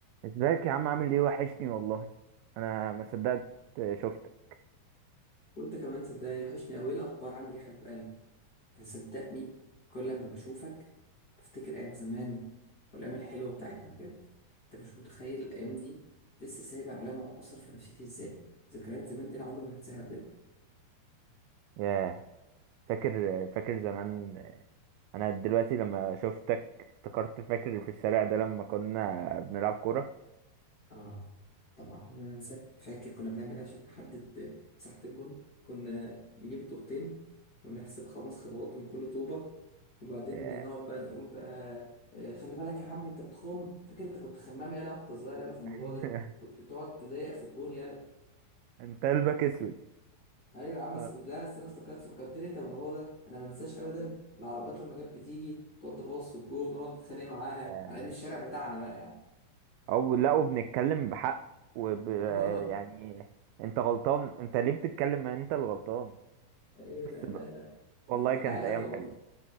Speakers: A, on the right; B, on the left.
A: ازيك يا عم عامل ايه وحشني والله انا ما صدقت شفتك
B: وانت كمان صدقني وحشني قوي الاخبار عامل ايه يا حبيب قلبي انت صدقني كل ما بشوفك بفتكر ايام زمان والايام الحلوه بتاعتنا بجد انت مش متخيل الايام دي لسه سايبه علامه واثر في نفسيتي ازاي ذكريات زمان دي انا عمري ما هنساها بجد
A: ياه فاكر فاكر زمان انا دلوقتي لما شفتك افتكرت فاكر في الشارع ده لما كنا بنلعب كورة
B: اه طبعا انا انسى فاكر كنا بنعمل ايه عشان نحدد مساحة الجون كنا نجيب طوبتين ونحسب خمس خطوات من كل طوبة وبعدين
A: ياه.
B: نقعد بقى نقول بقى آه، خلي بالك يا عم انت بتخم فاكر انت كنت خمام يالا وانت صغير يالا في الموضوع
A: <laughs>
B: ده كنت تقعد تضايق في الجون يالا
A: انت قلبك اسود
B: ايوه يا عم بس
A: اه
B: كنت لا بس انا افتكرت فكرتني انت بالموضوع ده انا ما انساش ابدا العربيات لما كانت بتيجي تقعد تبص في الجون ونقعد نتخانق معاها
A: يعني-
B: على ان الشارع بتاعنا بقى يعني
A: او لا وبنتكلم بحق وب...
B: <laughs> اه
A: يعني انت غلطان انت ليه بتتكلم ما انت اللي غلطان
B: ايوه
A: بس
B: لا
A: بقى.
B: لا لا
A: والله
B: كنا
A: كانت
B: عيال قادرة
A: ايام
B: برضه
A: حلوه